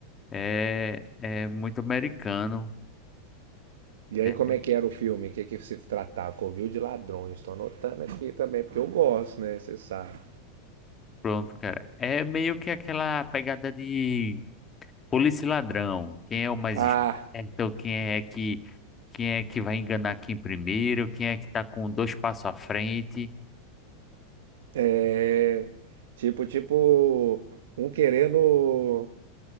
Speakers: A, on the left; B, on the right.
A: É, é muito americano.
B: E aí, como
A: É,
B: é que era o filme? O que é que se tratava? Covil de ladrões. Estou anotando aqui também, porque eu gosto, né? Você sabe.
A: pronto, cara. É meio que aquela pegada de polícia e ladrão. Quem é o mais
B: Ah,
A: esperto? Quem é que, quem é que vai enganar quem primeiro? Quem é que tá com dois passos à frente?
B: é. Tipo, tipo, um querendo